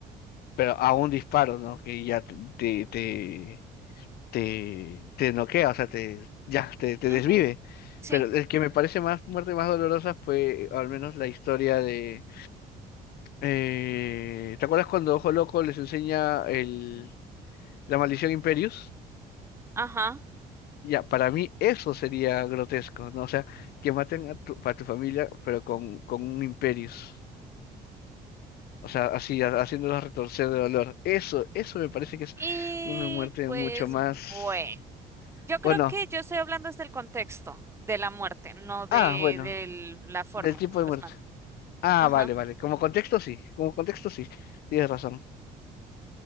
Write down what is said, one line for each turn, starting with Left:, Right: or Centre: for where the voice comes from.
Left: pero a un disparo, ¿no? Que ya te, te, te, te, te noquea, o sea, te, ya, te, te
Right: Ujú,
Left: desvive.
Right: Sí,
Left: Pero el que me parece más muerte más dolorosa fue al menos la historia de... eh, ¿te acuerdas cuando Ojo Loco les enseña el, la maldición Imperius?
Right: ajá.
Left: Ya, para mí eso sería grotesco, ¿no? O sea, que maten a tu, a tu familia, pero con, con un Imperius. O sea, así, ha- haciéndolos retorcer de dolor. Eso, eso me parece que es
Right: Y
Left: una muerte
Right: pues
Left: mucho más...
Right: bueno, yo creo
Left: Bueno,
Right: que yo estoy hablando desde el contexto de la muerte, no de,
Left: ah, bueno,
Right: de la forma
Left: del tipo
Right: como
Left: de
Right: los
Left: muerte.
Right: matan.
Left: Ah,
Right: ajá
Left: vale, vale. Como contexto, sí. Como contexto, sí. Tienes razón.